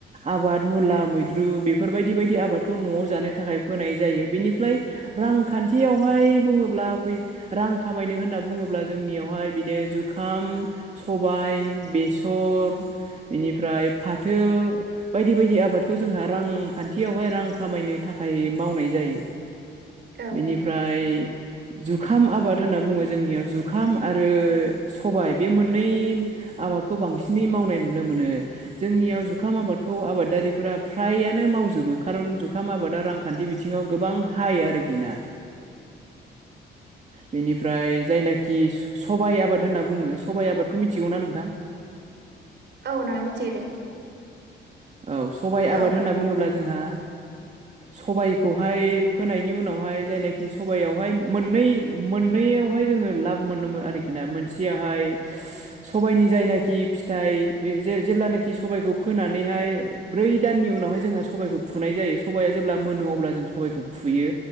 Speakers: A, on the right; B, on the right.
A: आबाद मुला मैद्रु बेफोरबायदि बायदि आबादखौ न'आव जानो थाखाय फोनाय जायो बिनि निफ्राय रांखान्थियावहाय बुङोब्ला फै रां खामायनो होनना बुङोब्ला जोंनियावहाय बिदिनो जुखाम सबाय बेसर थर बेनिफ्राय फाथो बायदि बायदि आबादखौ जोंहा रांखान्थियावहाय रां खामनो थाखाय मावनाय जायो
B: औ
A: बेनिफ्राय जुखाम आबाद होनना बुङो जोंनियाव जुखाम आरो सबाय बे मोननै आबादखौ बांसिनै मावनाय नुनो मोनो जोंनियाव जुखाम आबादखौ आबादारिफोरा फ्रायानो मावजोबो खारन जुखाम आबादा रांखान्थि बिथिङाव गोबां हाइ आरोखि ना?
B: <inaudible>
A: बेनिफ्राय जायनाखि कि सबाइ आबाद होनना बुङो सबाइ आबादखौ मिथिगौना नोंथां?
B: औ नोंथां मिथिगो दे।
A: औ सबाइ
B: औ
A: आबाद होनना बुङोब्ला जोंहा सबायखौहाय फोनायनि उनावहाय जायनाखि सबायावहाय मोननै मोननै हाय जोङो लाब मोननो आरोखि ना मोनसेयावहाय सबबायनि जायनाखि फिथाइ जेब्लानखि सबायखौ फोनानै नैहाय ब्रै दाननि उनावहाय जोंहा सबाइखौ फुनाय जायो सबाइआ जेब्ला मोनो अब्ला जों साबाइखौ फुयो।